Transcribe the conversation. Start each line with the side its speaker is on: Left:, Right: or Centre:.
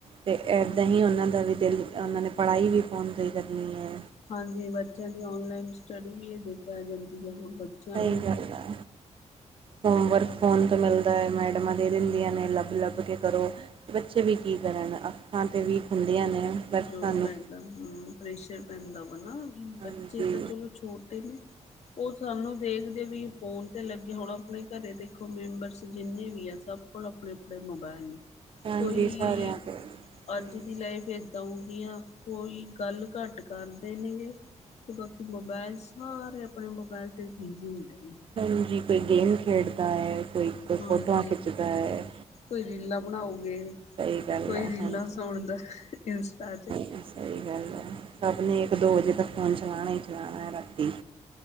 Right: ਤੇ ਇੱਦਾਂ ਹੀ ਉਹਨਾਂ ਦਾ ਵੀ ਦਿਲ ਉਹਨਾਂ ਨੇ ਪੜ੍ਹਾਈ ਵੀ ਫੋਨ ਤੋਂ ਹੀ ਕਰਨੀ ਹੈ
Left: ਹਾਂਜੀ ਬੱਚਿਆਂ ਦੀ ਔਨਲਾਈਨ ਸਟੱਡੀ ਵੀ ਇਹਦੇ ਤੇ ਆ ਜਾਂਦੀ ਏ ਹੁਣ।
Right: ਸਹੀ
Left: ਨੂੰ
Right: ਗੱਲ ਆਂ। ਹੋਮਵਰਕ ਫੋਨ ਤੇ ਮਿਲਦਾ ਹੈ ਮੈਡਮਾਂ ਦੇ ਦਿੰਦੀਆਂ ਨੇ ਲੱਭ-ਲੱਭ ਕੇ ਕਰੋ। ਬੱਚੇ ਵੀ ਕੀ ਕਰਨ, ਅੱਖਾਂ ਤੇ ਵੀਕ ਹੁੰਦੀਆਂ ਨੇ। ਪਰ
Left: ਜੋ
Right: ਸਾਨੂੰ
Left: ਪੈਂਦਾ ਹ ਮ ਪ੍ਰੇਸ਼ਰ ਪੈਂਦਾ ਵਾ ਨਾ, ਬੱਚੇ
Right: ਹਾਂਜੀ
Left: ਤੇ ਚਲੋ ਛੋਟ ਤਿੰਨ <unintelligible> ਉਹ ਸਾਨੂੰ ਦੇਖਦੇ ਵੀ ਫੋਨ ਤੇ ਲੱਗੇ ਹੋਣ ਆਪਣੇ ਘਰੇ ਦੇਖੋ ਮੈਂਬਰਸ ਜਿੰਨੇ ਵੀ ਆ ਸਭ ਕੋਲ ਅਪ ਆਪਣੇ-ਆਪਣੇ ਮੋਬਾਇਲ ਨੇ,
Right: ਹਾਂਜੀ
Left: ਕੋਈ
Right: ਸਾਰਿਆਂ ਕੋਲ
Left: ਅੱਜ
Right: ਹੂੰ
Left: ਦੀ ਲਾਈਫ ਤਾਂ ਉਹੀ ਆਂ, ਕੋਈ ਗੱਲ ਘੱਟ ਕਰਦੇ ਨੇਗੇ। ਤੇ ਬਾਕੀ ਮੋਬਾਇਲ ਸਾਰੇ ਆਪਣੇ ਮੋਬਾਇਲ ਤੇ ਬਿਜ਼ੀ ਹੁੰਦੇ ਨੇ।
Right: ਹਾਂਜੀ, ਕੋਈ ਗੇਮ ਖੇਡਦਾ ਹੈ ਕੋਈ ਕੋਈ
Left: ਹਾਂਜੀ,
Right: ਫੋਟੋਆਂ ਖਿੱਚਦਾ ਹੈ
Left: ਕੋਈ ਰੀਲਾਂ ਬਣਾਓਗੇ।
Right: ਸਹੀ ਗੱਲ
Left: ਕੋਈ
Right: ਆ
Left: ਰੀਲਾਂ
Right: ਹਾਂਜੀ
Left: ਸੁਣਦਾ, ਇੰਸਟਾ ਚ।
Right: ਹਾਂ ਸਹੀ ਗੱਲ ਅ, ਸਭ ਨੇ ਇੱਕ ਦੋ ਵਜੇ ਤੱਕ ਫ਼ੋਨ ਚਲਾਉਣਾ ਹੀ ਚਲਾਉਣਾ ਹੈ ਰਾਤੀ।